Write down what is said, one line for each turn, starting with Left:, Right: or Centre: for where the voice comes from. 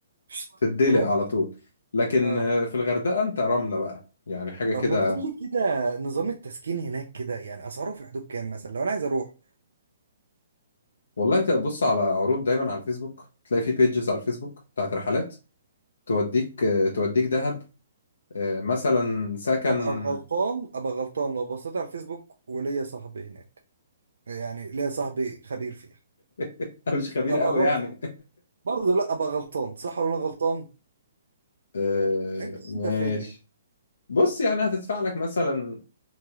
Right: شت.
Left: تتدلق
Right: تروح
Left: على طول لكن
Right: آه
Left: آه، في الغردقة انت رملة بقى يعني حاجة
Right: طب
Left: كده
Right: ما تقول لي كده نظام التسكين هناك كده يعني أسعاره في حدود كام مثلا لو أنا عايز أروح
Left: والله انت بص على عروض دايما على الفيسبوك تلاقي في بيجز على الفيسبوك بتاعت رحلات توديك آه، توديك دهب آه، مثلا سكن
Right: ابقى غلطان ابقى غلطان لو بصيت على الفيسبوك وليا صاحبي هناك يعني ليا صاحبي خبير فيها
Left: <laughs> انا مش خبير
Right: ابقى
Left: قوي
Right: غلطان
Left: يعني
Right: برضه لا ابقى غلطان صح ولا أنا غلطان
Left: <laughs> آه،
Right: انت
Left: ماشي
Right: انت فيدني
Left: بص يعني هتدفع لك مثلا